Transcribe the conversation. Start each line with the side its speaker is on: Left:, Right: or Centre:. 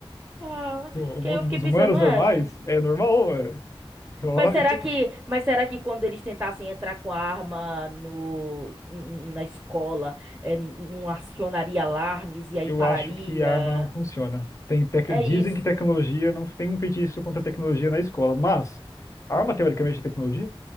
Right: ah,
Left: O o
Right: que
Left: mundo
Right: aí eu fiquei
Left: dos
Right: pensando,
Left: humanos
Right: não
Left: normais
Right: é?
Left: é normal, ué. Só
Right: Mas será
Left: <laughs> isso aqui.
Right: que, mas será que quando eles tentassem entrar com a arma no, n- na escola, eh, n- não acionaria alarmes e aí
Left: Eu
Right: pararia?
Left: acho que a arma não funciona. Tem tec...
Right: É
Left: Dizem
Right: isso.
Left: que tecnologia não tem um feitiço contra a tecnologia na escola, mas arma teoricamente é tecnologia